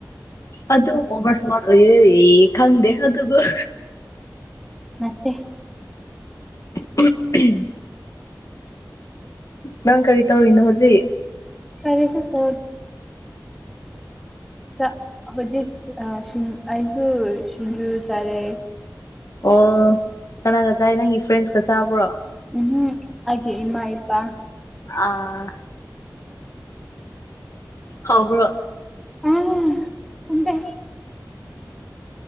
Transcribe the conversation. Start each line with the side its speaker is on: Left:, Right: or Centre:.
Left: ꯑꯗꯨꯗ ꯑꯣꯕꯔ ꯁꯃꯥ ꯑꯣꯏꯦ ꯈꯪꯗꯦ ꯑꯗꯨꯕꯨ ꯑ
Centre: ꯅꯠꯇꯦ
Left: <unintelligible> ꯅꯪ ꯀꯔꯤ ꯇꯧꯔꯤꯅꯣ ꯍꯧꯖꯤꯛ
Centre: ꯀꯔꯔꯤꯁꯤ ꯇꯣ ꯆ ꯍꯧꯖꯤꯛ ꯑꯩꯁꯨ ꯁꯤꯁꯤꯡꯖ ꯆꯔꯦ
Left: ꯑꯣ ꯀꯅꯥꯒ ꯆꯥꯏ ꯅꯪꯒꯤ ꯐ꯭ꯔꯦꯟꯁꯀ ꯆꯥꯕ꯭ꯔꯣ
Centre: ꯎꯝꯝ ꯍꯥꯏꯦ ꯏꯃ ꯏꯄꯥ
Left: ꯑꯥ ꯍꯥꯎꯕ꯭ꯔ
Centre: ꯑ ꯍꯗ